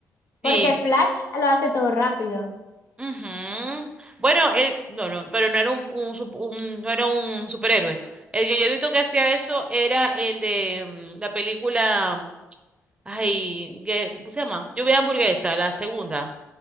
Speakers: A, on the left; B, on the right.
A: Porque
B: Sí.
A: Flash lo hace todo rápido.
B: ujú. Bueno, él, no, no, pero no era un, un sup- un- no era un superhéroe. El que yo he visto que hacía eso era el de mm, la película, ay, que- ¿cómo se llama? Lluvia de hamburguesa, la segunda.